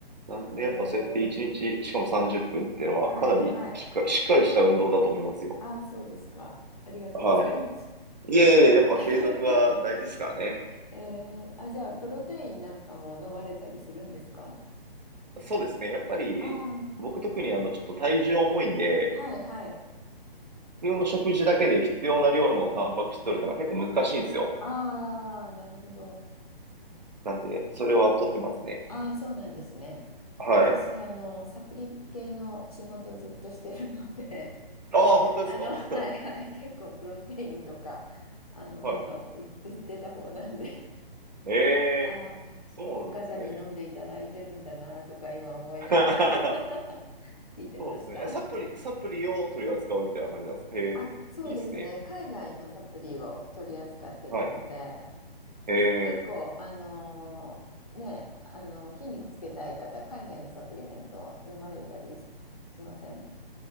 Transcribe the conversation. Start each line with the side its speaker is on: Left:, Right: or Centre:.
Right: なんでやっぱそうやって一日、
Left: えー、
Right: しかも30分っぷんっていうのはかなりしっか、
Left: はい、はい。
Right: しっかりした運動だと思いますよ。
Left: あ、そうですか。ありがとうございます。
Right: はい。いえいえ、やっぱ継続は大事ですからね。
Left: <laughs> えー、あ、じゃあ、プロテインなんかも飲まれたりするんですか
Right: そうですね。やっぱり僕特にあのちょっと体重重いんで、
Left: ああー、はい、はい。
Right: 普通の食事だけで必要な量のタンパク質取るのが結構難しいんですよ。
Left: ああ、なるほど。
Right: なんで、それは取ってますね。
Left: ああ、そうなんですね。
Right: はい。
Left: 私、あの、サプリ系の仕事ずっとしてるので、
Right: ああ、
Left: <laughs>
Right: 本当ですか
Left: あの、はい、
Right: <laughs>
Left: はい。結構、プロテインとか、あの、
Right: はい。
Left: ガンガン売売ってた方なんで。
Right: え
Left: ああ、
Right: えそうなんですね。
Left: こういう方に飲んでいただいてるんだなとか今思いながら
Right: <laughs>
Left: <laughs> 聞いてました。
Right: そうですね。えサプリ、サプリを取り扱うみたいな感じなんですかへえ、
Left: あ、そうですね。
Right: いいっすね。
Left: 海外のサプリを取り扱ってたので、
Right: はい。へえ。
Left: 結構、あのーね、あの筋肉つけたい方、海外のサプリメント飲まれたりし、しません